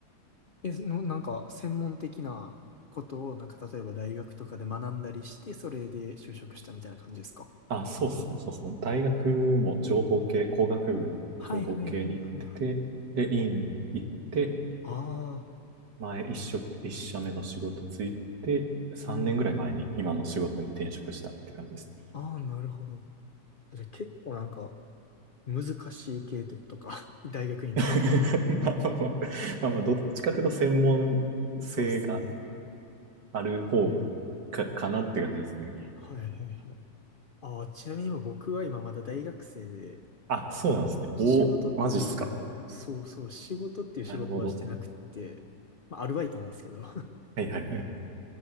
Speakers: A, on the left (about 60°); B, on the right (about 70°).
A: え、その、なんか、専門的なことを、なんか、例えば大学とかで学んだりして、それで就職したみたいな感じですか
B: あ、そうっすね、そうっすね。大学も情報系、工学部の情報系に行ってて、
A: はいはいはいはいはい。
B: で、院行って、
A: ああ、
B: 前、一社、一社目の仕事ついて、3年ぐらい前に今の仕事に転職したって感じです。
A: うんうんうん。ああ、なるほど。じゃあ結構なんか、難しい系ってことか。<laughs> 大学院ってか、
B: <laughs> まあまあまあ、まあまあ、どっちかというと専門性が
A: そうっすよね。
B: ある方
A: うん
B: か、かなって感じですね。
A: はいはいはい。ああ、ちなみに今僕は今まだ大学生で、
B: あ、そうなんですね。
A: もう仕事っていう、
B: お、マジっすか。
A: そうそう、仕事っていう仕事はしてなくて、
B: なるほど。
A: まあ、アルバイトなんですけど、
B: はいはいはい。